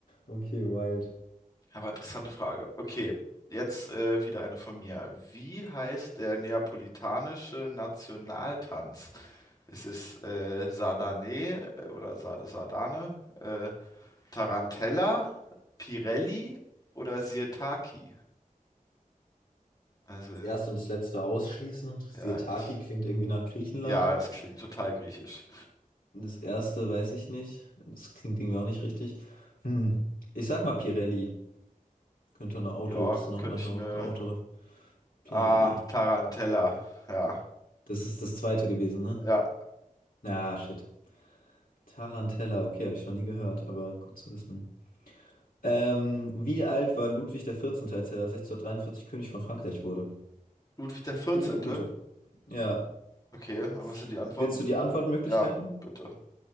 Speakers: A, on the left (about 80°); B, on the left (about 25°).
A: Okay, wild.
B: Aber interessante Frage. Okay, jetzt äh, wieder eine von mir. Wie heißt der neapolitanische Nationaltanz? Es ist äh, Sardane äh, oder Sa- Sardane, äh, Tarantella, Pirelli oder Sirtaki. Also, äh,
A: Das erste und das letzte ausschließen. Sirtaki
B: ja, das,
A: klingt irgendwie nach Griechenland.
B: ja, das klingt total griechisch.
A: Und Das erste weiß ich nicht. Das klingt irgendwie auch nicht richtig. Hm. Ich sag mal Pirelli. Könnte ein Auto,
B: Ja,
A: das ist noch
B: könnte
A: nach
B: ich
A: einer
B: mir.
A: Auto. Pirelli.
B: Ah, Tarantella. Ja,
A: Das ist das zweite gewesen, ne?
B: ja.
A: Na, shit. Tarantella, okay, habe ich noch nie gehört, aber gut zu wissen. Ähm, wie alt war Ludwig der 14., als er 1643 König von Frankreich wurde?
B: Ludwig der 14.
A: Ja, gute. Ja.
B: Okay, und was
A: Vi-
B: sind die Antworten?
A: Willst du die Antwortmöglichkeiten?
B: Ja, bitte.